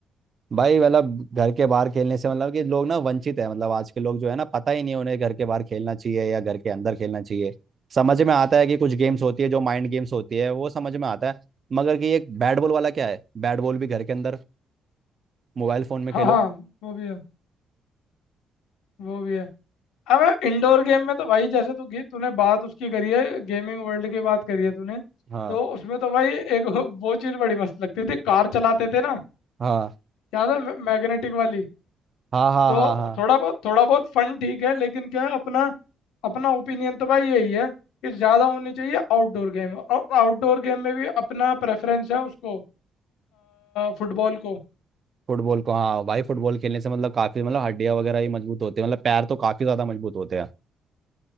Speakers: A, on the right; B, on the left.
A: भाई मतलब घर के बाहर खेलने से मतलब कि लोग ना वंचित है मतलब आज के लोग जो है ना पता ही नहीं उन्हें घर के बाहर खेलना चाहिए या घर के अंदर खेलना चाहिए समझ में आता है कि कुछ गेम्स होती है जो माइंड गेम्स होती है वो समझ में आता है मगर कि एक बैट बॉल वाला क्या है बैट बॉल भी घर के अंदर मोबाइल फोन में
B: हाँ
A: खेलो
B: हाँ वो भी है वो भी है अब इंडोर गेम में तो भाई जैसे तू गे- तूने बात उसकी करी है गेमिंग वर्ल्ड की बात करी है तूने
A: हाँ
B: तो उसमें तो भाई एक <laughs> वो चीज़ बड़ी मस्त लगती थी कार चलाते थे ना
A: हाँ
B: याद है मैग्नेटिक वाली
A: हाँ हाँ
B: तो
A: हाँ हाँ
B: थोड़ा बहुत थोड़ा बहुत फन ठीक है लेकिन क्या है, अपना अपना ओपिनियन तो भाई यही है कि ज़्यादा होनी चाहिए आउटडोर गेम और आउटडोर गेम में भी अपना प्रेफरेंस है उसको फुटबॉल को
A: फुटबॉल को हाँ भाई फुटबॉल खेलने से मतलब काफी मतलब हड्डियां वगैरह भी मजबूत होती है मतलब पैर तो काफी ज्यादा मजबूत होते हैं